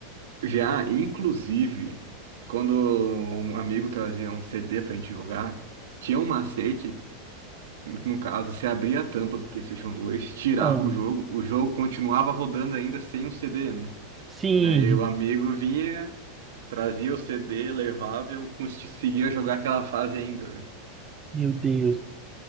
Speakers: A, on the right; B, on the right.
A: Já, inclusive, quando um amigo trazia um CD pra gente jogar, tinha um macete, no caso, você abria a tampa do PlayStation 2, tirava
B: Ah,
A: o jogo, o jogo continuava rodando ainda sem o CD, né?
B: sim,
A: Daí o amigo vinha, trazia o CD, levava e eu conseguia jogar aquela fase ainda, né?
B: meu Deus.